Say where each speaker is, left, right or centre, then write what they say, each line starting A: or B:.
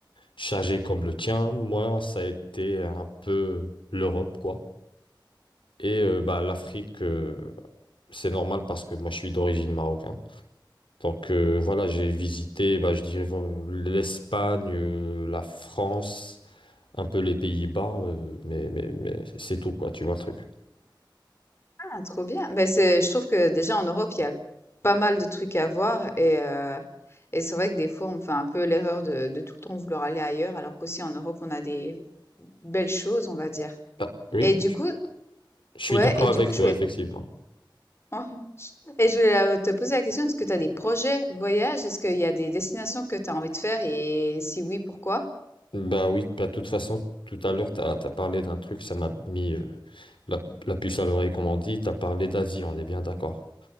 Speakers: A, on the left; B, on the left.
A: chargé comme le tien. Moi, ça a été un peu l'Europe quoi. Et euh, bah l'Afrique. euh, C'est normal parce que moi je suis d'origine marocaine. Donc euh, voilà, j'ai visité, bah, je dirais, euh, l'Espagne, euh, la France, un peu les Pays-Bas, euh, mais, mais, mais c'est tout quoi, tu vois le truc.
B: Ah, trop bien. Ben c'est, je trouve que déjà en Europe, il y a pas mal de trucs à voir et, euh, et c'est vrai que des fois, on fait un peu l'erreur de, de tout le temps vouloir aller ailleurs, alors qu'aussi en Europe, on a des belles choses, on va dire.
A: Bah, oui,
B: Et du
A: je
B: coup,
A: je suis
B: ouais,
A: d'accord
B: et
A: avec
B: du coup, je
A: toi,
B: voulais,
A: effectivement.
B: <laughs> et je voulais euh, te poser la question, est-ce que tu as des projets voyages? Est-ce qu'il y a des destinations que tu as envie de faire et si oui, pourquoi?
A: Bah oui, bah, de toute façon, tout à l'heure, tu as, parlé d'un truc, ça m'a mis euh, la, la puce à l'oreille, comme on dit, tu as parlé d'Asie, on est bien d'accord.